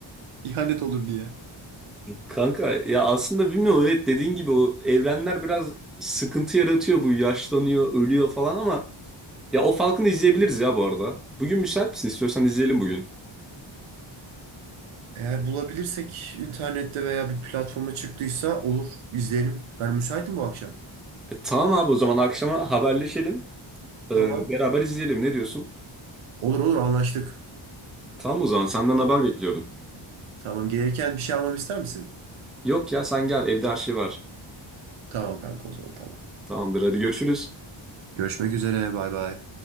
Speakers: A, on the right; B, in the centre.
A: İhanet olur diye.
B: Kanka ya aslında bilmiyorum evet dediğin gibi o evrenler biraz sıkıntı yaratıyor bu yaşlanıyor ölüyor falan ama ya o Falcon'ı izleyebiliriz ya bu arada. Bugün müsait misin? İstiyorsan izleyelim bugün.
A: Eğer bulabilirsek internette veya bir platforma çıktıysa olur izleyelim. Ben müsaitim bu akşam.
B: E, tamam abi o zaman akşama haberleşelim. E,
A: Tamam.
B: beraber izleyelim ne diyorsun?
A: Olur olur anlaştık.
B: Tamam o zaman senden haber bekliyorum.
A: Tamam gelirken bir şey almam ister misin?
B: Yok ya sen gel evde her şey var.
A: Tamam kanka o zaman tamam.
B: Tamamdır hadi görüşürüz.
A: Görüşmek üzere bay bay.